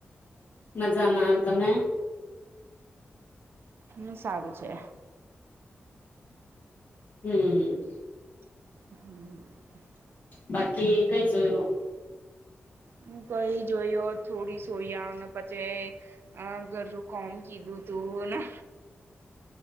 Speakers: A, on the left; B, on the right.
A: મજામાં તમે?
B: હ સારું છે.
A: હમ.
B: <inaudible>
A: બાકી કઈ જોયું.
B: હ કઈ જોયયો થોડી સઈ અને પછી અ ઘરું કોમ કીધું તું ને